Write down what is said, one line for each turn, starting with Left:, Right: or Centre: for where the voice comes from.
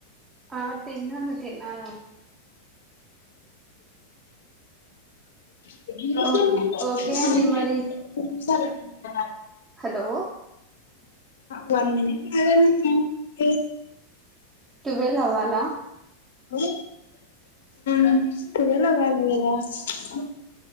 Right: ఆ తిన్నాను తిన్నాను
Left: <inaudible>
Right: ఓకే ఓకే అండి మరి
Left: ఆ
Right: హలో
Left: వన్ మనిట్ <unintelligible>
Right: టువెల్ అవ్వాలా
Left: మీ ఉం టువెల్ అవ్వాలా గ దా స